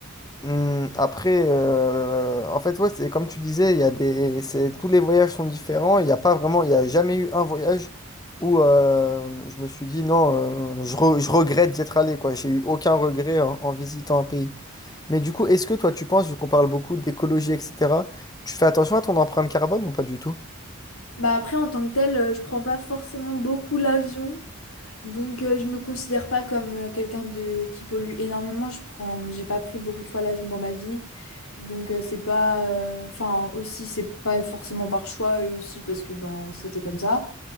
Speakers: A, on the left (about 20°); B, on the left (about 85°).
A: Hmm, après, euh, en fait, ouais, c'est comme tu disais, il y a des, c'est, tous les voyages sont différents. Il n'y a pas vraiment, il y a jamais eu un voyage où euh, je me suis dit non, euh, je, re- je regrette d'être allé, quoi. J'ai eu aucun regret en, en visitant un pays. Mais du coup, est-ce que toi, tu penses, vu qu'on parle beaucoup d'écologie, etc., tu fais attention à ton empreinte carbone ou pas du tout?
B: Bah, après, en tant que tel, euh, je prends pas forcément beaucoup l'avion. Donc, euh, je me considère pas comme euh, quelqu'un de qui pollue énormément. Je prends, j'ai pas pris beaucoup de fois l'avion dans ma vie. Donc euh, c'est pas, euh, enfin aussi c'est pas forcément par choix et aussi parce que ben c'était comme ça.